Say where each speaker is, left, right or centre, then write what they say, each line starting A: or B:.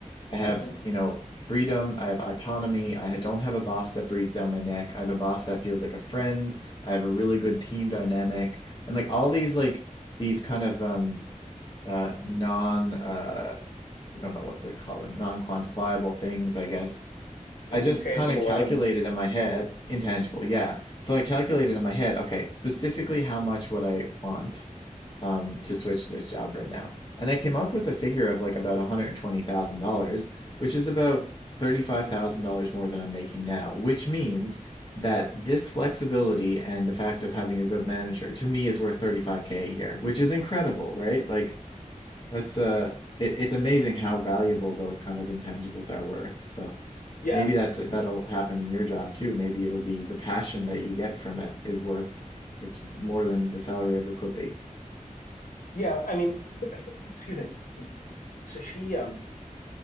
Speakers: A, on the left (about 35°); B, on the left (about 85°).
A: I have,
B: hmm
A: you know, freedom. I have autonomy. I don't have a boss that breathes down my neck. I have a boss that feels like a friend. I have a really good team dynamic and like all these, like these kind of, um, uh, non, uh, I don't know what to call them, non-quantifiable things, I guess.
B: Those
A: I just
B: intangible
A: kind of calculated
B: items.
A: in my head, intangible, yeah. So I calculated in my head, okay, specifically how much would I want? um, to switch this job right now. And I came up with a figure of like about $120,000, which is about $35,000 more than I'm making now, which means that this flexibility and the fact of having a good manager to me is worth 35K a year, which is incredible, right? Like that's uh it, it's amazing how valuable those kind of intangibles are worth. So
B: Yeah.
A: maybe that's it. That'll happen in your job too. Maybe it'll be the passion that you get from it is worth it's more than the salary ever could be.
B: Yeah. I mean, <clears throat> excuse me. So she, um,